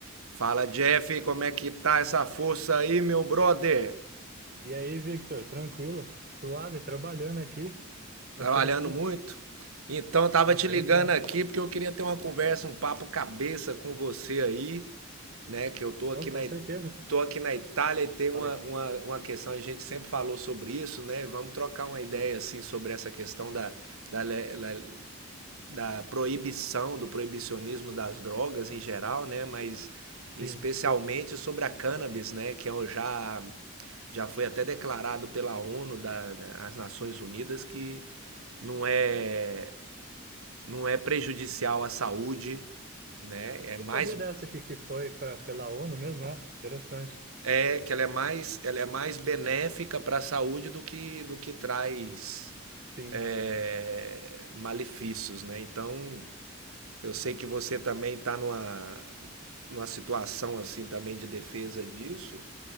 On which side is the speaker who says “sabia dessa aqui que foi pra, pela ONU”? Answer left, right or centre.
Right